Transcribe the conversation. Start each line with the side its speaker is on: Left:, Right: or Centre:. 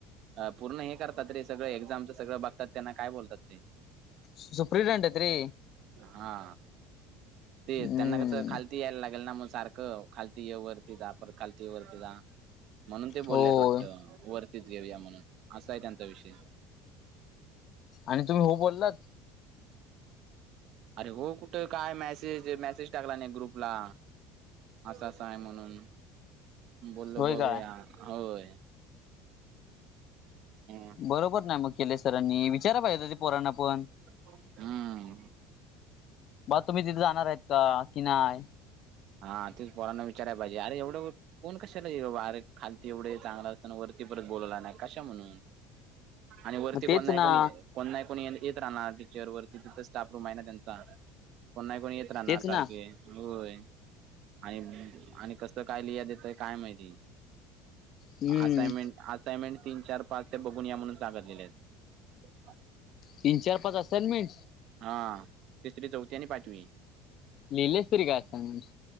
Right: अ पूर्ण हे करतात रे सगळं एक्झामचं सगळं बघतात त्यांना काय बोलतात ते
Left: सुपरव्हिजन रे
Right: हा
Left: हम्म
Right: ते त्यांना कस खालती यायला लागेल ना म सारखं खालती वरती परत खालती वरती म्हणून ते
Left: होय
Right: बोलल्यात वाटतं वरतीच घेऊया म्हणून असा आहे त्यांचा विषय
Left: आणि तुम्ही हो बोललात
Right: अरे हो कुठे काय मेसेज मेसेज टाकला नाही ग्रुपला असं असं आहे म्हणून बोललो
Left: होय
Right: बघुया
Left: काय
Right: होय हम्म
Left: बरोबर ना मग केले सरांनी विचारा पाहिजे ते पोरांना पण
Right: हम्..
Left: बर तुम्ही तिथे जाणार आहेत का, की नाही..
Right: हा तेच पोरांना विचारय पाहिजेअरे एवढे.. कोण कशाला आर खालती एवढे चांगला असताना वरती परत बोलवला नाही कशा म्हणून
Left: <inaudible>
Right: आणि वरती
Left: मग तेच
Right: कोण नाही
Left: ना
Right: कोणी कोण नाही कोणी येत राहणार टीचर वरती तिथं स्टाफ रूम आहे ना त्यांचा कोण नाही कोणी येत राहणार
Left: तेच ना
Right: सारखे होय आणि आणि कस काय लिया देतय काय माहिती
Left: हम्म
Right: असायमेंट असाइनमेंट तीन चार पाच ते बघून या म्हणून सांगतलेले आहेत
Left: तीन चार पाच असायमेंट
Right: हा तिसरी, चौथी आणि पाचवी
Left: लिहिलेस तरी का असाइनमेंट्स?